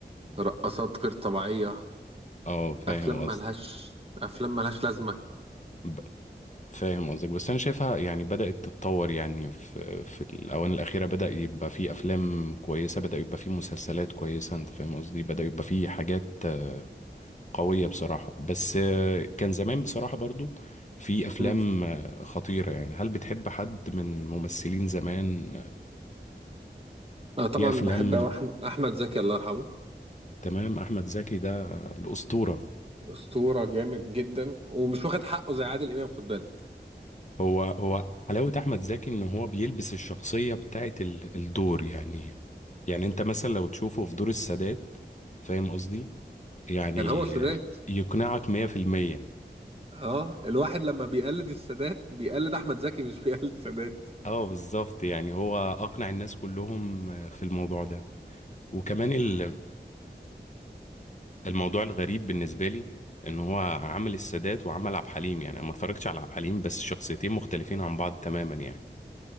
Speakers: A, on the right; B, on the left.
A: رقصات غير طبيعية
B: اه فاهم
A: افلام
B: قصدك
A: ملهاش افلام ملهاش لازمة
B: ب- فاهم قصدك بس انا شايفها يعني بدأت تتطور يعني في في الاوان الاخيره بدأ يبقى في افلام كويسه بدأ يبقى في مسلسلات كويسه انت فاهم قصدي بدأ يبقى في حاجات آه، قويه بصراحه بس آه، كان زمان بصراحه برضو في افلام
A: مم.
B: آه، خطيره يعني هل بتحب حد من ممثلين زمان آه،
A: انا طبعا
B: في افلام
A: بحب أوي أحم- احمد زكي الله يرحمه
B: تمام احمد زكي ده الاسطوره
A: اسطورة جامد جدا ومش واخد حقه زي عادل امام خد بالك
B: هو هو حلاوة أحمد زكي إن هو بيلبس الشخصية بتاعت ال- الدور يعني يعني أنت مثلا لو تشوفه في دور السادات فاهم قصدي يعني
A: كان هو السادات
B: يقنعك مية في المية
A: اه الواحد لما بيقلد السادات بيقلد احمد زكي مش بيقلد السادات
B: اه بالظبط يعني هو أقنع الناس كلهم في الموضوع ده وكمان ال- الموضوع الغريب بالنسبة لي إن هو عمل السادات وعمل عبد الحليم يعني أنا ما اتفرجتش على عبد الحليم بس شخصيتين مختلفين عن بعض تماما يعني